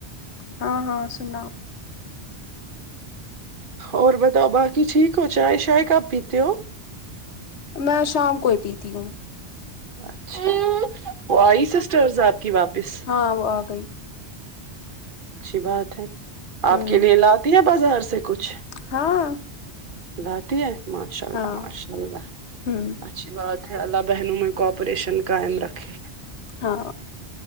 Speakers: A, on the left; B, on the right.
A: ہاں ہاں سنا
B: اور بتاؤ باقی ٹھیک ہو چائے شائے کب پیتے ہو
A: میں شام کو ہی پیتی ہوں
B: اچھا وہ آئی سسٹرس آپ کی واپس
A: ہاں وہ آگئی
B: اچھی بات ہے
A: ہوں
B: آپ کے لیے لاتی ہے بازار سے کچھ
A: ہاں
B: لاتے ہے ماشاء اللہ
A: ہاں
B: ماشاء اللہ
A: ہوں
B: اچھی بات ہے اللہ بہنوں میں کوپریشن قائم رکھے
A: ہاں